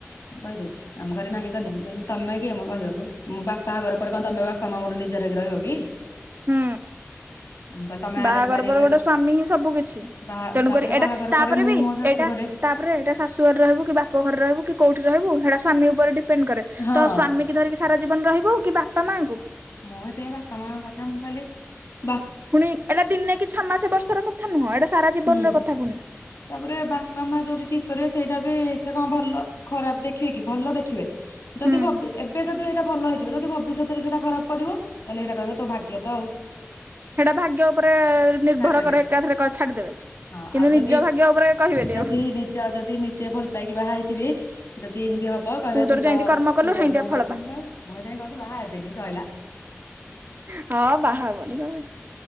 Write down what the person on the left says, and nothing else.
ମୁଁ କହିଦେଇଚି। ଆମ ଘରେ ନାହିଁ କଲେ ମୁଁ କହିଲି ତମେ କିଏମ କହିବାକୁ ମୋ ବାପା ବାହାଘର ପରେ କଣ ତମେ ବାପା ମା ମୋର ନେ ନିଜର ହେଇକି ରହିବ କି।
ମୁଁ କହିଲି ତମେ
ଆରେଞ୍ଜ ମ୍ୟାରେଜ
କରି
ବାହା
ତାପରେ
ବାହାଘର
ପରେ ମୁଁ
ମୋ ଶାଶୁ
ଘରେ
ହଁ।
ମଁ ଏତେ ବାପା ମାଙ୍କ କଥା ମୁଁ କହିଲି ବା
ହୁଁ।
ତାପରେ ବାପା ମା ଯୋଉଠି ଠିକି କରିବେ ସେଇଟା ବି ସେ କଣ ଭଲ ଖରାପେ ଦେଖିବେ କି ଭଲ ଦେଖିବେ। ଯଦି
ଭ ଏବେ ଯଦି ଏଇଟା ଭଲ ହେଇଥିବ ଯଦି ଭବିଷ୍ୟତରେ ସେଇଟା ଖରାପ କରିବ। ତାହେଲେ ସେଇଟା କହିବେ ତୋ ଭାଗ୍ୟ ତ ଆଉ।
ଛାଡିଦେବେ।
ହଁ
ଆଉ ଯଦି
ଯଦି
ନିଜ ଯଦି ନିଜେ ଭଲ ପାଇକି ବାହା ହେଇଥିବେ ଯଦି ଏନ୍ତି ହବ କହିବେ
ତୁ
ତ
ତୁ
ତ ଯେମିତି
କରିଚୁ
ସେମିତି ପାଇବୁ ମୁଁ ହେଇଥି ପାଇଁ କହୁଚି ବାହା ହେବିନି ସଇଲା।